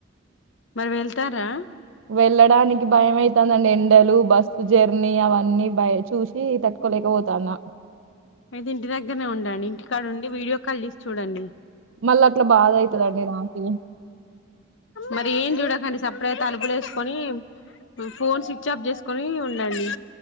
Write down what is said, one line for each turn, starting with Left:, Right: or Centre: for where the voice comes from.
Left: మరి వెళ్తారా
Right: వెళ్ళడానికి భయమైతందండి ఎండలు బస్సు జర్నీ అవన్నీ భయ చూసి తట్టుకోలేకపోతాన్నా
Left: అయితే ఇంటి దగ్గరనే ఉండండి ఇంటికాడ ఉండి వీడియో కాల్ చేసి చూడండి
Right: మళ్ళ అట్లా బాధ అయితదండి నాకు
Left: మరి ఏం చూడకండి సపరేట్ తలుపులు వేసుకొని ఫోన్ స్విచ్ ఆఫ్ చేసుకుని ఉండండి